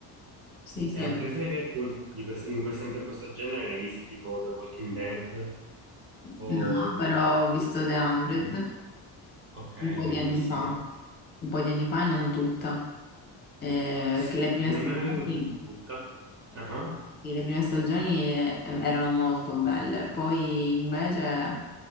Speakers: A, on the left; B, on the right.
A: Sì, sì.
B: E altre serie tu, di quest- in que- sempre in questo genere ne hai viste tipo The Walking Dead o...
A: No, però ho visto The 100
B: Mhm. Ok,
A: un po' di
B: bellissima.
A: anni fa, un po' di anni fa e non tutta, Eh,
B: Sì,
A: perché le prime
B: nemmeno
A: stagioni,
B: io l'ho vista tutta. Ah,
A: sì, le prime stagioni eh, erano molto belle, poi invece,